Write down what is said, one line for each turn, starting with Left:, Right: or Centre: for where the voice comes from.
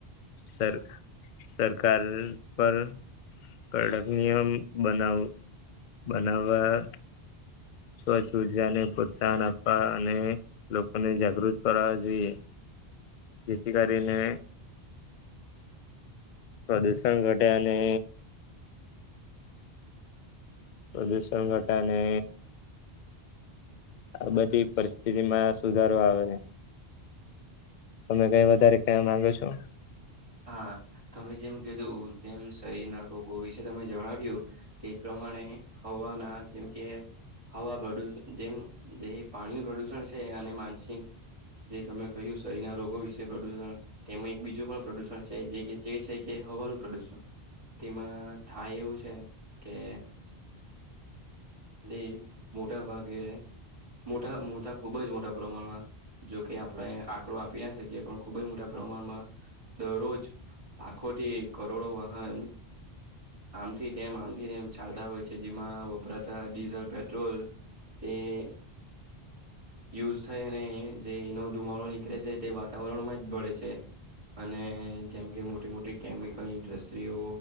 Left: સર સરકાર પર, કડક નિયમ બનાવ બનાવા, સ્વચ્છ ઉર્જા ને પ્રોત્સાહન આપવા અને લોકોને જાગૃત કરવા જોઈએ. જેથી કરીને, પ્રદુષણ ઘટે અને, પ્રદૂષણ ઘટાને, આ બધી પરિસ્થિતિ માં સુધારો આવે હે. તમે કઈ વધારે કેવા માંગો છો?
Right: હા તમે જેમ કીધું જેમ શરીર ના રોગો વિશે તમે જણાવ્યું. તે પ્રમાણે હવાના જેમ કે, હવા પ્રદુષ જેમ જે પાણી પ્રદુષણ છે અને માનસિક, જે તમે કહ્યું શરીર ના રોગો વિશે પ્રદુષણ તેમ એક બીજું પણ પ્રદુષણ, જે છે કે હવાનું પ્રદુષણ, તિમાં થાય એવું છે કે, તે મોટા, ભાગે મોટા મોટા, ખુબ જ મોટા પ્રમાણમાં જોકે આપણે આંકડો આપી ના શકીએ પણ ખુબ જ મોટા પ્રમાણમાં, દરરોજ આખો થી કરોડો વાહન. આમથી તેમ આમથી તેમ ચાલતા હોય છે જેમાં વપરાતા ડીઝલ-પેટ્રોલ, તે. યુઝ થાય અને જેનો ધુમાડો નીકળે છે તે વાતાવરણમાં જ ભળે છે. અને જેમ કે મોટી મોટી કેમિકલ ઇન્ડસ્ટ્રીઓ,